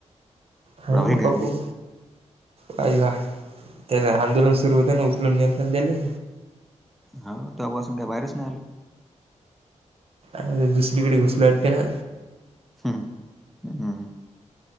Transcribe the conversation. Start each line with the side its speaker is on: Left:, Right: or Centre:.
Right: हाय
Centre: राहुल
Right: ना
Centre: गांधी
Right: पप्पू हाय का त्या आंदोलन सुरू होते ना उचलून नेलतान त्याले.
Centre: हाव तेव्हापासून काय बाहेरच नाही आलं.
Right: आणिर दुसरीकड घुसल वाटते ना.
Centre: हू हू.